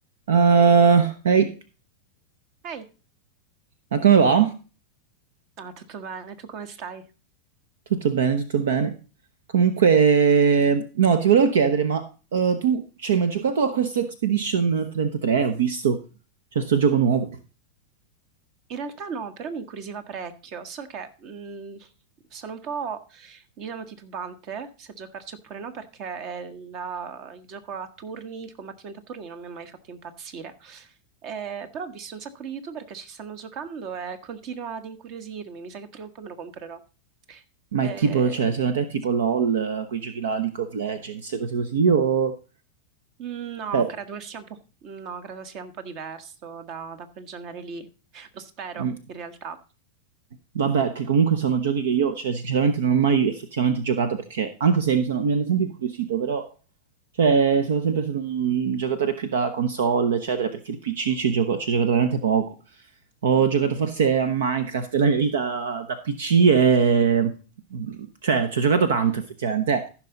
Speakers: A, on the right; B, on the right.
A: Ah, ehi,
B: Ehi,
A: ah, come va?
B: ah, tutto bene, tu come stai?
A: Tutto bene, tutto bene. Comunque, no, ti volevo chiedere, ma eh, tu ci hai mai giocato a questo Expedition 33? Ho visto, c'è sto gioco nuovo.
B: In realtà no, però mi incuriosiva parecchio, solo che mh, sono un po', diciamo, titubante se giocarci oppure no, perché eh, la- il gioco a turni, il combattimento a turni non mi ha mai fatto impazzire. Eh, però ho visto un sacco di YouTuber che ci stanno giocando e continua ad incuriosirmi, mi sa che prima o poi me lo comprerò.
A: Ma
B: Eh,
A: è tipo, cioè, secondo te è tipo
B: sì.
A: LOL, eh, quei giochi là, League of Legends, cose così, o...
B: No,
A: Eh.
B: credo che sia un po', no, credo sia un po' diverso da, da quel genere lì. Lo spero,
A: mm.
B: in realtà.
A: Vabbè, che comunque sono giochi che io, cioè, sinceramente non ho mai effettivamente giocato perché, anche se mi sono- mi hanno sempre incuriosito, però, cioè, sono sempre stato un giocatore più da console, eccetera, perché il PC ci gioco, ci ho giocato veramente poco. Ho
B: Mm.
A: giocato forse a Minecraft nella mia vita da PC e... cioè, ci ho giocato tanto effettivamente, eh.